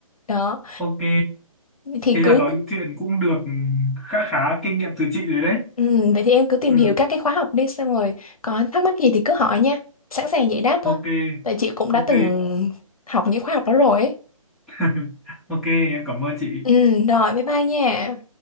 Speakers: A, on the left (about 75°); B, in the centre.
A: đó
B: ok
A: thì
B: thế
A: cứ
B: là nói chuyện cũng được khá khá kinh nghiệm từ chị rồi đấy
A: Ừ, vậy thì em cứ tìm
B: ừ
A: hiểu các cái khóa học đi xong rồi có thắc mắc gì thì cứ hỏi nha sẵn sàng giải đáp
B: ok
A: thôi tại chị cũng
B: ok
A: đã từng học những khóa học đó rồi ấy
B: <laughs> ok em cảm ơn chị
A: ừ rồi bye bye nha